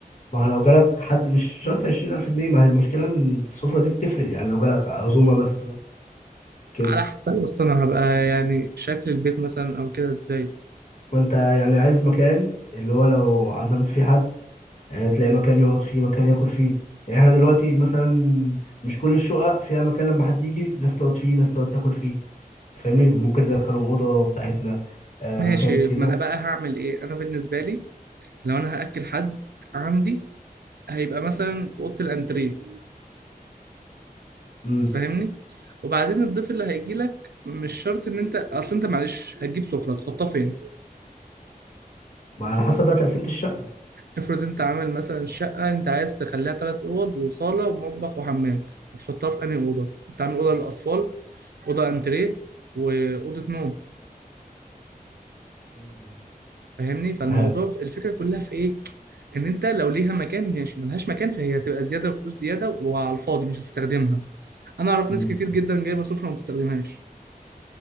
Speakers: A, on the left (about 50°); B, on the right (about 85°).
A: ما هو لو جالك حد مش شرط عشرين ألف جنيه ما هي المشكلة إن السفرة دي بتفرق يعني لو جالك عزومة مثلا كده
B: على حسب اصلا انا هبقى يعني شكل البيت مثلا او كده ازاي
A: ما أنت يعني عايز مكان اللي هو لو عزمت فيه حد آه، تلاقي مكان يقعد فيه مكان ياكل فيه يعني إحنا دلوقتي مثلا مش كل الشقق فيها مكان لما حد يجي ناس تقعد فيه ناس تقعد تاكل فيه فاهمني ممكن ندخلهم اوضه بتاعتنا آه
B: ماشي
A: مكان كده
B: ما انا بقى هعمل ايه انا بالنسبه لي لو انا هاكل حد عندي هيبقى مثلا في اوضه الانتريه
A: امم
B: فاهمني وبعدين الضيف اللي هيجي لك مش شرط ان انت اصل انت معلش هتجيب سفره تحطها فين
A: ما على حسب بقى تقسيمه الشقه
B: افرض انت عامل مثلا شقه انت عايز تخليها ثلاث اوض وصاله ومطبخ وحمام هتحطها في انهي اوضه انت عامل اوضه للاطفال اوضه انتريه واوضه نوم
A: مم.
B: فاهمني فالموضوع
A: آه،
B: الفكره كلها في ايه ان انت لو ليها مكان ماشي ملهاش مكان فهي هتبقى زياده وفلوس زياده وعلى الفاضي مش هتستخدمها انا اعرف
A: مم.
B: ناس كتير جدا جايبه سفره ما بتستخدمهاش